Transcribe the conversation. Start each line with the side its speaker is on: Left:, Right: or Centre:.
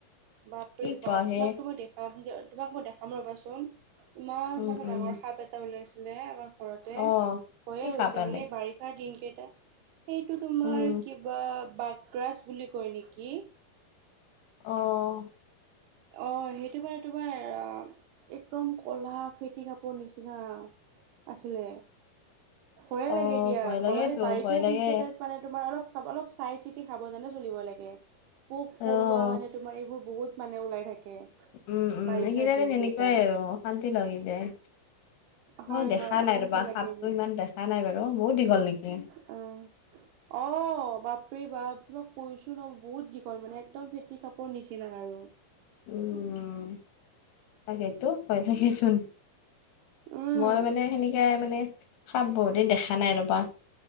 Right: বাপৰে
Left: কি কোৱা
Right: বাপ
Left: হে
Right: তোমাকতো মই দেখ- পামযে তোমাক মই দেখাম ৰবাচোন ইমান
Left: উম
Right: মানে
Left: উম
Right: ডাঙৰ সাপ এটা উলাইছিলে আমাক- ঘৰতে
Left: অ
Right: ভয়ে
Left: কি
Right: হৈছে
Left: সাপ পালে
Right: মানে বাৰিষাৰ দিন কেইটা সেইটো তোমাৰ
Left: উম
Right: কি- বা বাগ্ৰাছ বুলি কয় নেকি।
Left: অঁ।
Right: অঁ সেইটো বা তোমাৰ অঁ। একদম কলা ফেটি সাপৰ নিচিনা। আছিলে ভয়ে
Left: অ',
Right: লাগে দিয়া
Left: ভয়
Right: ঘৰত
Left: লাগেতো
Right: এই বাৰিষাৰ
Left: ভয় লাগে।
Right: দিন কেইটাত- মানে তোমাৰ অলপ অলপ চাই চিতি খাব জানে চলিব লাগে। পোক
Left: উম,
Right: পৰুৱা মানে তোমাৰ এইবোৰ বহুত মানে ওলাই থাকে।
Left: উম উম
Right: বাৰিষাৰ
Left: এইকেইটা দিন এনেকুৱাই
Right: কেইটা।
Left: আৰু অশান্তি লাগি যায়
Right: হয়
Left: মই দেখা-
Right: হয় অশান্তি
Left: নাই ৰবা
Right: লাগে
Left: সাপটো
Right: দিম
Left: ইমান দেখা নাই বাৰু বহুত দীঘল নেকি।
Right: অ অ বাপৰে বাপ তোমাক কৈছো ন বহুত দীঘল মানে একদম ফেটি সাপৰ নিচিনা আৰু
Left: উম তাকেইতো ভয় লাগেচোন
Right: উম
Left: মই মানে সেনেকাই মানে - সাপ বহুতদিন দেখা নাই ৰ'বা